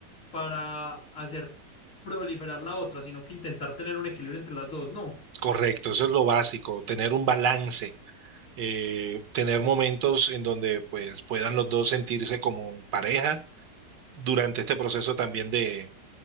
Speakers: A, on the left; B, on the right.
A: para hacer proliferar la otra, sino que intentar tener un equilibrio entre las dos, ¿no?
B: correcto, eso es lo básico, tener un balance, eh, tener momentos en donde pues puedan los dos sentirse como pareja durante este proceso también de,